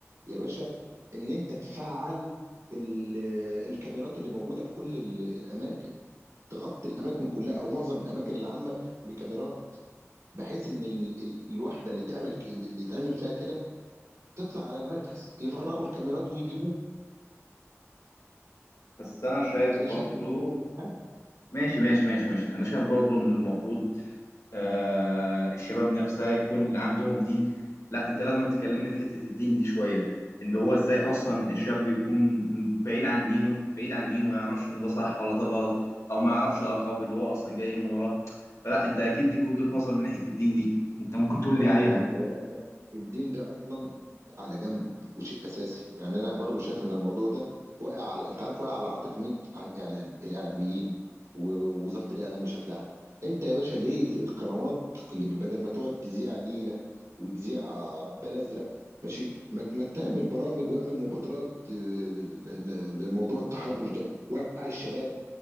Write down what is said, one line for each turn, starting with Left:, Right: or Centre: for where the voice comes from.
Right: يا باشا ان انت تفعل ال... الكاميرات اللي موجوده في كل ال... الاماكن تغطي الاماكن كلها او معظم الاماكن العامه بكاميرات بحيث ان ال- ال- الوحده اللي تعمل ك- اللي تعمل فيها كده تطلع على المركز يفرغوا الكاميرات ويجيبوه
Left: بس انا شايف
Right: انا
Left: برضو
Right: شايف ان هو ده الحل
Left: ماشي ماشي ماشي ماشي انا شايف برضو ان المفروض آه، الشباب نفسها يكون عندهم دين لا انت لازم تكلمني في حتة الدين دي شوية اللي هو ازاي اصلا الشاب يكون بعيد عن دينه بعيد عن دينه ما يعرفش ان ده صح ولا ده غلط او ما يعرفش العقاب اللي هو اصلا جاي من وراه فلا انت اكيد ليك وجهة نظر من ناحية الدين دي انت ممكن تقول
Right: لا
Left: لي عليها
Right: لا بص هو لا لا الدين ده اصلا على جنب وشيء اساسي يعني انا برضو شايف ان الموضوع ده واقع على انت عارف واقع على عاتق مين على الاعلام الاعلاميين ووزاره الاعلام بشكل عام انت يا باشا ليه في القنوات اللي بدل ما تقعد تذيع نيله وتذيع بال ازرق ماشي ما ت- ما تعمل برامج واعمل مبادرات آه، ل- ل- لموضوع التحرش ده وعي الشباب